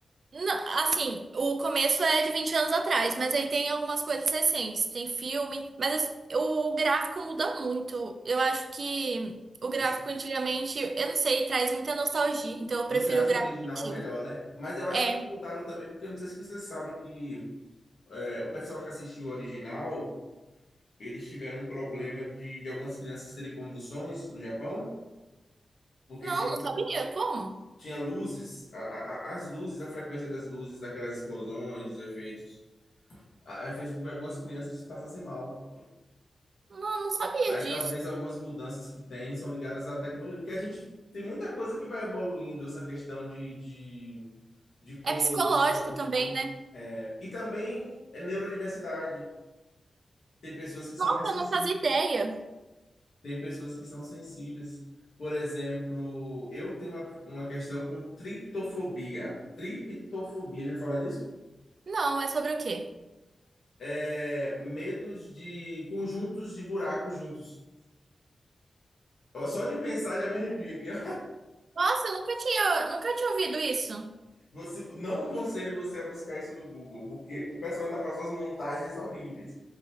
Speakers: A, on the right; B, on the left.
A: Não, assim, o começo é de 20 anos atrás, mas aí tem algumas coisas recentes, tem filme, mas assim, o gráfico muda muito. Eu acho que
B: O-
A: o gráfico
B: os-
A: antigamente, eu não sei, traz muita nostalgia, então eu
B: Você
A: prefiro
B: acha
A: o gráfico
B: o original
A: antigo.
B: melhor, né? Mas eu acho
A: É,
B: que eles mudaram também, porque não sei se você sabe que é, o pessoal que assistiu o original, eles tiveram um problema de, de algumas crianças terem convulsões no Japão, porque
A: não,
B: tinha muito,
A: não sabia como?
B: tinha luzes, a- a- a- as luzes, a frequência das luzes, daquelas explosões, dos efeitos, a- a- fez com que algumas crianças passassem mal.
A: Não, não sabia
B: Aí
A: disso.
B: talvez algumas mudanças que tem são ligadas à tecnologia, porque a gente tem muita coisa que vai evoluindo, essa questão de, de, de cor,
A: É psicológico
B: de som,
A: também,
B: sabor.
A: né?
B: É, E também é neurodiversidade. Tem pessoas que são
A: Nossa,
B: mais sensíveis,
A: eu não fazia ideia.
B: tem pessoas que são sensíveis. Por exemplo, eu tenho uma, uma questão com triptofobia. Triptofobia, já ouviu falar disso?
A: Não, é sobre o quê?
B: É medos de conjuntos de buracos juntos. Ó, Só de pensar já me arrepio aqui, ó.
A: Nossa, eu nunca tinha, nunca tinha ouvido isso.
B: Você, não aconselho você a buscar isso no Google, porque o pessoal ainda faz umas montagens horríveis.